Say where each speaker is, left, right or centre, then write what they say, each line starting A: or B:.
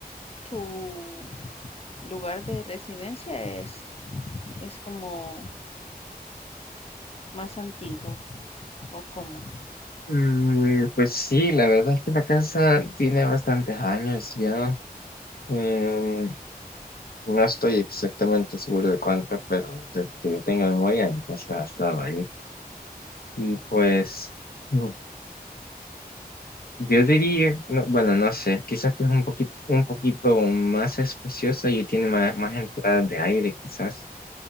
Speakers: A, on the left; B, on the left.
A: ¿tu lugar de residencia es, es como más antiguo o cómo?
B: Mm, pues sí, la verdad es que la casa tiene bastantes años ya. Em, No estoy exactamente seguro de cuánto, pero de que yo tenga memoria, entonces ha estado ahí. Y pues, mm, yo diría, no, bueno, no sé, quizás que es un poquito, un poquito más espaciosa y tiene más, más entradas de aire, quizás,